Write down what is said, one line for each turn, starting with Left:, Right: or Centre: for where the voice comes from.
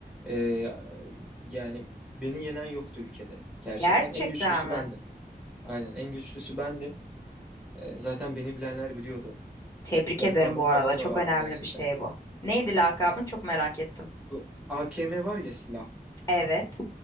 Centre: E, yani beni yenen yoktu ülkede gerçekten.
Left: Gerçekten
Centre: En güçlüsü
Left: mi?
Centre: bendim. Aynen en güçlüsü bendim. E, zaten beni bilenler biliyordu.
Left: Tebrik
Centre: Lakabım
Left: ederim bu
Centre: falan
Left: arada. Çok
Centre: da vardı
Left: önemli
Centre: gerçekten.
Left: bir şey bu. Neydi lakabın? Çok merak ettim.
Centre: Bu AKM var ya silah.
Left: Evet.